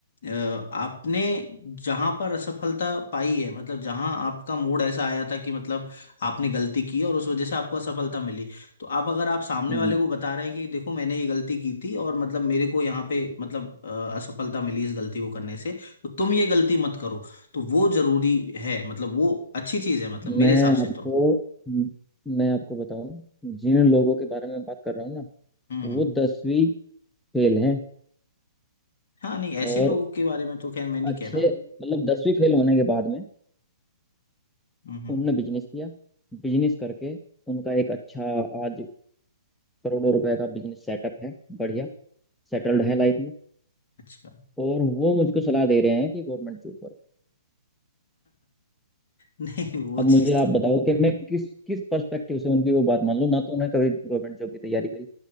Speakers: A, on the left; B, in the centre.
A: अ, आपने जहां पर असफलता पाई है मतलब जहां आपका मूड ऐसा आया था कि मतलब आपने गलती की और उस वजह से आपको असफलता मिली तो आप अगर आप सामने
B: हम्म,
A: वाले को बता रहे हैं कि देखो मैंने ये गलती की थी और मतलब मेरे को यहाँ पे मतलब अ, असफलता मिली इस गलती को करने से तो तुम ये गलती मत करो तो वो जरूरी है मतलब वो अच्छी चीज है मतलब मेरे
B: मैं
A: हिसाब
B: आपको
A: से तो
B: हम्म, मैं आपको बताऊं जिन लोगों के बारे में बात कर रहा हूँ ना
A: हम्म
B: वो
A: हम्म।
B: दसवीं फेल हैं
A: हाँ नहीं ऐसे
B: और
A: लोगों के बारे में तो खैर मैं नहीं
B: अच्छे
A: कह रहा
B: मतलब दसवीं फेल होने के बाद में
A: हम्म हम्म
B: उनने बिजनेस किया बिजनेस करके उनका एक अच्छा आज करोड़ों रुपए का बिजनेस सेटअप है बढ़िया सेटल्ड है लाइफ में
A: अच्छा <laughs>
B: और वो मुझको सलाह दे रहे हैं कि गवर्नमेंट जॉब करो
A: नहीं वो
B: अब मुझे
A: चीज तो
B: आप बताओ कि मैं किस किस पर्सपेक्टिव से उनकी वो बात मान लूं ना तो उन्होंने कभी गवर्नमेंट जॉब की तैयारी करी